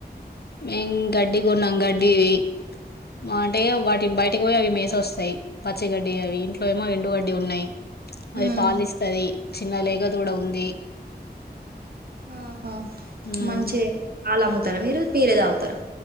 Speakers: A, on the left; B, on the right.
A: ఇం గడ్డి కొన్నాం గడ్డివి అంటే వాటి బయటకి పోయి అవి మేసి వస్తాయి పచ్చిగడ్డి అవి ఇంట్లో ఏమో ఎండుగడ్డి ఉన్నాయి అది
B: ఉమ్
A: పాలిస్తది చిన్న లేగ దూడ ఉంది
B: ఆహ
A: మ్మ్
B: మంచిదే పాల్ అమ్ముతారా మీరు మీరే తాగుతారా